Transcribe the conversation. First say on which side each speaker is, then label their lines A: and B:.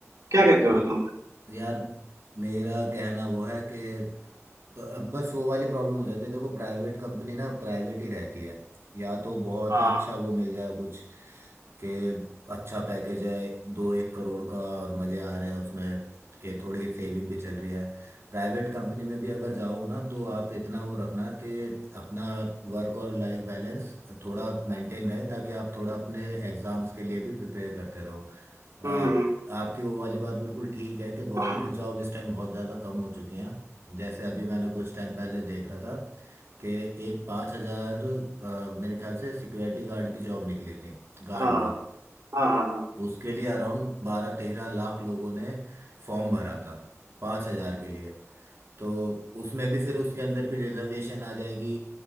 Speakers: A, on the right; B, on the right.
A: क्या कहते हो तुम
B: यार मेरा कहना वो है कि ब- बस वो वाली प्रॉब्लम हो जाती है देखो प्राइवेट कंपनी ना प्राइवेट ही रहती है या तो बहुत
A: हाँ
B: ही अच्छा वो मिल जाए कुछ कि अच्छा पैकेज है दो एक करोड़ का और मजे आ रहे हैं उसमें कि थोड़ी सेविंग भी चल रही है प्राइवेट कंपनी में भी अगर जाओगे ना तो आप इतना वो रखना कि अपना वर्क और लाइफ बैलेंस थोड़ा मेंटेन रहे ताकि आप थोड़ा अपने एग्जाम्स के लिए भी प्रिपेयर करते रहो आ,
A: हम्म
B: आपकी वो वाली बात बिल्कुल ठीक है कि गवर्नमेंट
A: हाँ
B: जॉब इस टाइम बहुत ज़्यादा कम हो चुकी हैं जैसे अभी मैंने कुछ टाइम पहले देख रहा था कि एक पाँच हज़ार आ, मेरे ख्याल से सिक्योरिटी गार्ड की जॉब निकली थी गार्ड
A: हाँ
B: की
A: हाँ हाँ। हाँ।
B: उसके लिए अराउंड बारह तेरह लाख लोगों ने फॉर्म भरा था पाँच हज़ार के लिए तो उसमें भी फिर उसके अंदर भी रिजर्वेशन आ जाएगी